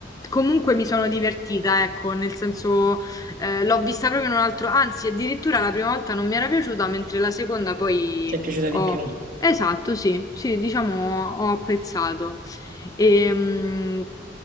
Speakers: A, on the left; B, on the right.
A: comunque mi sono divertita, ecco, nel senso, eh, l'ho vista proprio in un altro, anzi, addirittura la prima volta non mi era piaciuta, mentre la seconda poi
B: Ci è piaciuta
A: ho.
B: di più. Mm.
A: Esatto, sì, sì, diciamo ho, ho apprezzato. Ehm,